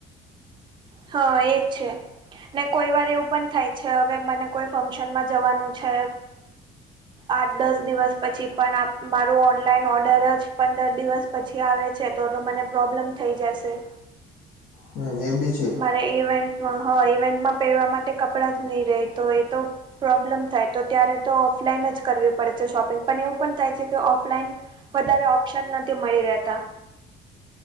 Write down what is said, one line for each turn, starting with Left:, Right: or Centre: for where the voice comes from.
Right: હા એજ છે ને કોઈ વાર એવું પણ થાય છે હવે મને કોઈ ફંક્શનમાં જવાનું છે. આઠ દસ દિવસ પછી પણ આપ મારો ઓનલાઈન ઓર્ડર જ પંદર દિવસ પછી આવે છે, તો તો મને પ્રોબ્લેમ થઈ જશે
Left: હમ એ બી છે
Right: મારે ઇવેન્ટમાં હ ઇવેન્ટમાં પહેરવા માટે કપડાં જ નહીં રહે તો એ તો પ્રોબ્લેમ થાય તો ત્યારે તો ઓફલાઈન જ કરવી પડે છે, શોપિંગ પણ એવું પણ થાય છે, કે ઓફલાઈન વધારે ઓપ્શન નથી મળી રહેતા